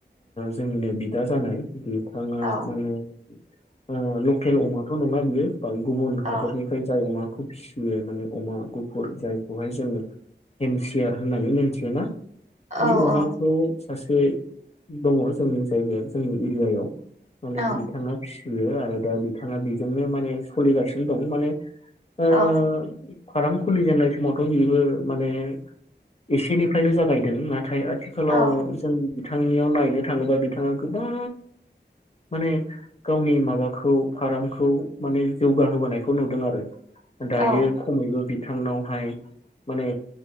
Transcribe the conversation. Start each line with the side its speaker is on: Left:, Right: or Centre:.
Left: जोंनिनो बिदा जानाय थाङा
Right: औ
Left: माने ओ लकेल अमाथ' नङा बियो गुबुन हादोरनिफ्राय
Right: औ
Left: जाय अमा खौ फिसियो माने अमा गुफुर जायखौहाय जोङो हेमसियार होननानै मिथियो ना
Right: औ
Left: बे अमाखौ
Right: औ
Left: सासे दङ जोंनि जायगाया जोंनि एरियायाव माने
Right: औ
Left: बिथाङा फिसियो आरो दा बिथाङा बेजोंनो माने सोलिगासिनो दं माने ओ
Right: औ
Left: फार्म खुलिजेननाय समावथ' बेबो माने एसेनिफ्रायनो जागायदों नाथाय आथिखालाव
Right: औ
Left: जों बिथांनियाव नायनो थाङोबा बिथाङा गोबां माने गावनि माबाखौ फार्मखौ माने जौगाहोबोनायखौ नुदों आरो। दायो
Right: औ
Left: खमैबो बिथांनावहाय माने